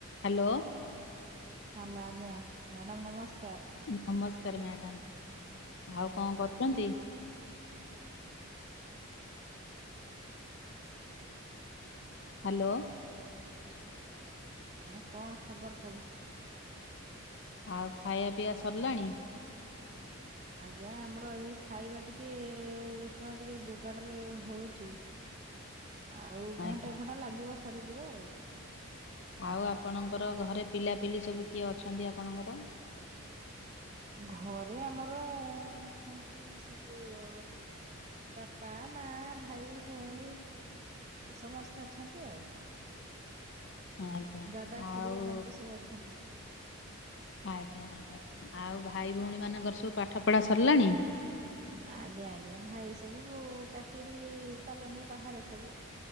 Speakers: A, on the left; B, on the right.
A: Hello.
B: Hello, ଆଜ୍ଞା madam ନମସ୍କାର।
A: ନମସ୍କାର ମ୍ୟାଡାମ୍, ଆଉ କଣ କରୁଚନ୍ତି? ହ୍ୟାଲୋ।
B: ଆଉ କଣ ଖବର ସବୁ?
A: ଆଉ ଖାଇବା ପିଇଵା ସରିଲାଣି?
B: ଆଜ୍ଞା ଆମର ଏଇ ଖାଇବା ଟିକେ ଶୁଣ ଟିକେ ଯୋଗାଡରେ ହଉଛି। ଆଉ ଘଣ୍ଟାଏ
A: ଆଜ୍ଞା
B: ଘଣ୍ଟା ଲାଗିବ ସରିଯିବ।
A: ଆଉ ଆପଣଙ୍କର ଘରେ ପିଲାପିଲି ସବୁ କିଏ ଅଛନ୍ତି ଆପଣଙ୍କର?
B: ଘରେ ଆମର ଅଛନ୍ତି ସବୁ ଉଁ ବାପା ମା ଭାଇ ଭଉଣୀ ଏ ସମସ୍ତେ ଅଛନ୍ତି ଆଉ।
A: ଆଜ୍ଞା
B: ଦାଦା
A: ଆଉ,
B: ଖୁଡି ଏମାନେ ବି ସବୁ ଅଛନ୍ତି।
A: ଆଜ୍ଞ୍ ଜ୍ଞା, ଆଉ ଭାଇ ଭଉଣୀ ମାନଙ୍କର ସବୁ ପାଠ ପଢା ସରିଲାଣି?
B: ଆଜ୍ଞା ଆଜ୍ଞା, ଭାଇସବୁ ଚାକିରି କଲେଣି ବାହାରେ ସବୁ।